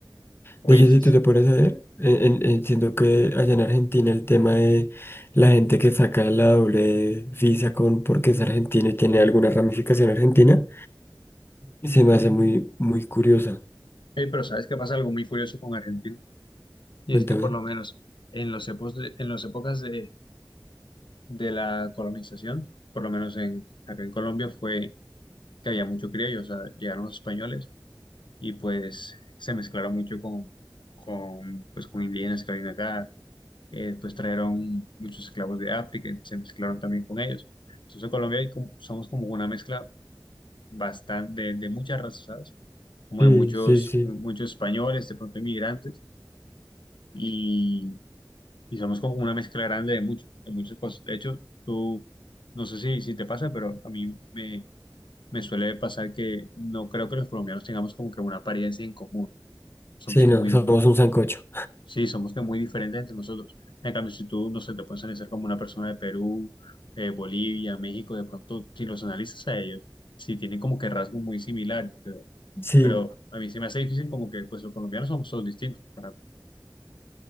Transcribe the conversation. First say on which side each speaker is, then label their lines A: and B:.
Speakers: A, on the left (about 80°); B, on the left (about 30°).
A: Oye,
B: De hecho,
A: sí,
B: si tú
A: sí.
B: te pones a ver, en- en- en- siento que allá en Argentina el tema de la gente que saca la doble visa con porque es argentina y tiene alguna ramificación argentina, se me hace muy, muy curiosa.
A: Eh, pero ¿sabes qué pasa? Algo muy curioso con Argentina. Y
B: Cuéntame.
A: es que por lo menos en los epos de- en las épocas de, de la colonización, por lo menos en, acá en Colombia, fue que había mucho criollo, o sea, llegaron los españoles y pues se mezclaron mucho con, con, pues, con indígenas que habían acá. Eh, después trajeron muchos esclavos de África, se mezclaron también con ellos. Entonces, en Colombia hay como- somos como una mezcla bastante, de, de muchas razas, ¿sabes? Como
B: Sí,
A: de muchos,
B: sí, sí.
A: muchos españoles, de pronto inmigrantes, y, y somos como una mezcla grande de mucho, de muchas cosas. De hecho, tú, no sé si, si te pasa, pero a mí me, me suele pasar que no creo que los colombianos tengamos como que una apariencia en común. Somos
B: Sí,
A: que
B: no,
A: muy,
B: somos un sancocho.
A: sí, somos que muy diferentes entre nosotros. En cambio, si tú, no sé, te puedes analizar como una persona de Perú, eh, Bolivia, México, de pronto, si los analizas a ellos, sí tienen como que rasgos muy similares, pero
B: Sí,
A: pero a mí se me hace difícil como que pues los colombianos somos todos distintos. para-